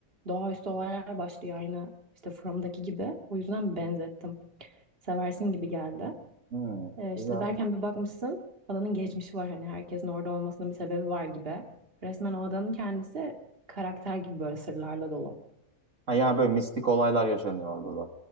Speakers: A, on the right (about 45°); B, on the right (about 60°).
A: Doğaüstü olaylar başlıyor aynı işte From'daki gibi. O yüzden benzettim. Seversin gibi geldi.
B: Hmm,
A: Ee, işte
B: güzel.
A: derken bir bakmışsın adanın geçmişi var hani herkesin orada olmasının bir sebebi var gibi. Resmen o adanın kendisi karakter gibi böyle sırlarla dolu.
B: Ha, yani böyle mistik olaylar yaşanıyor orada da.